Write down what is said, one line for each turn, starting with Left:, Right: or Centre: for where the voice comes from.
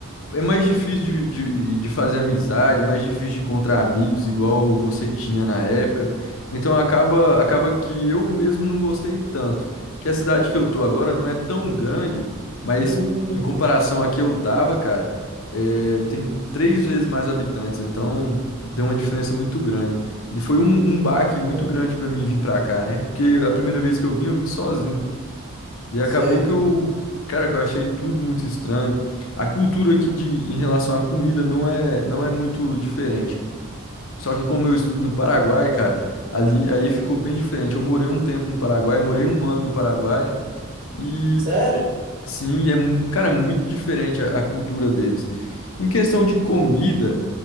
Left: é mais difícil de, de, de fazer amizade, é mais difícil de encontrar amigos igual você tinha na época. Então acaba, acaba que eu mesmo não gostei tanto. Que a cidade que eu tô agora não é tão grande, mas
Right: Hum,
Left: em comparação a que eu tava, cara, é, tem três vezes mais habitantes, então deu uma diferença muito grande. E foi um, um baque
Right: imagina.
Left: muito grande pra mim vir pra cá, né? Porque a primeira vez que eu vim, eu vim sozinho. E acabou
Right: Sei.
Left: que eu, cara, que eu achei tudo muito estranho. A cultura aqui de, em relação à comida não é, não é muito diferente. Só que como eu estudo no Paraguai, cara, ali aí ficou bem diferente. Eu morei um tempo no Paraguai, morei um ano no Paraguai e
Right: Sério?
Left: sim, é, mu- cara, muito diferente a, a cultura deles. Em questão de comida,